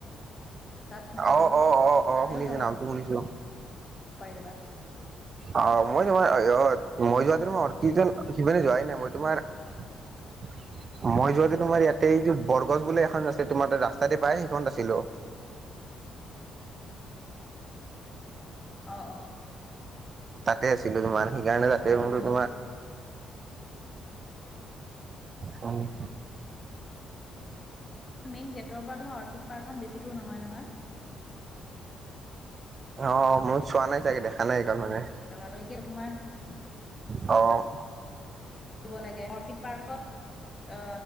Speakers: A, on the left; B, on the right.
A: তাত সোমালো
B: অ অ অ অ
A: তাতেও
B: শুনিছো
A: চাব
B: নামটো শুনিছো।
A: পাৰিবা
B: অ মই নহয় অ মই যোৱা হেতেনে মই অৰ্কিড সিপিনে যোৱাই নাই মই তোমাৰ <inaudible> মই যোৱাতে তোমাৰ ইয়াতে এইটো বৰগছ বুলি এখন আছে তোমাৰ তাত ৰাস্তাতে পাই এইখনতে আছিলো।
A: অ অ।
B: তাতে আছিলো তোমাৰ সেইকাৰণে তাতে
A: আৰু
B: বোলো তোমাৰ উম
A: মেইন গেটৰ পৰা তোমাৰ অৰ্কিড পাৰ্কখন বেছি দূৰ নহয় নহয়।
B: অ মই চোৱা নাই চাগে দেখা নাই সেইখন মানে
A: লগালগি কে তোমাৰ
B: অ
A: দিব লাগে অৰ্কিড পাৰ্কত অ